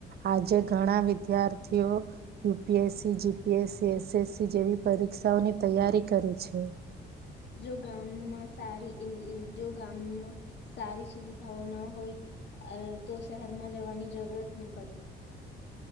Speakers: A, on the right (about 55°); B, on the left (about 60°).
A: આજે ઘણા વિદ્યાર્થીઓ, U P S C G P S C S S C જેવી પરીક્ષાઓની તૈયારી કરે છે.
B: જો ગામમાં સ જો ગામમાં, સારી સુવિધાઓ ન હોય તો શહેરમાં જવાની જરૂરત ના પડે.